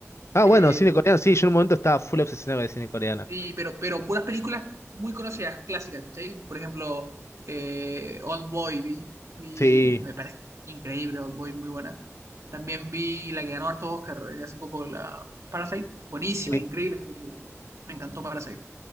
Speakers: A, on the left (about 60°); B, on the right (about 70°).
A: Ah,
B: Eh,
A: bueno, cine coreano, sí, yo en un momento estaba full obsesionado con el cine coreano.
B: Sí, pero, pero puras películas muy conocidas, clásicas, ¿cachai? Por ejemplo, eh, Old Boy vi, vi-
A: Sí.
B: me parece increíble, Old Boy, muy buena. También vi la que ganó harto Oscar eh, hace poco, la Parasite, buenísima,
A: Sí.
B: increíble esa película. Me encantó Parasite,